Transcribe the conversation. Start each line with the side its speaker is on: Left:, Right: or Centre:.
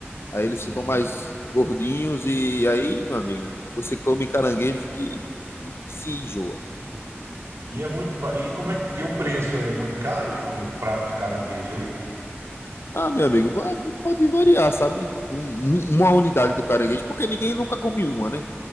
Left: Aí eles
Right: Uhum.
Left: ficam mais gordinhos e aí, meu amigo, você come caranguejo que, que se enjoa.
Right: E é muito. ba- E como é que e o preço é muito caro, Ítalo, o prato de caranguejo aí?
Left: Ah, meu amigo, aqui pode variar, sabe? Um- um- uma unidade do caranguejo, porque ninguém nunca come uma, né?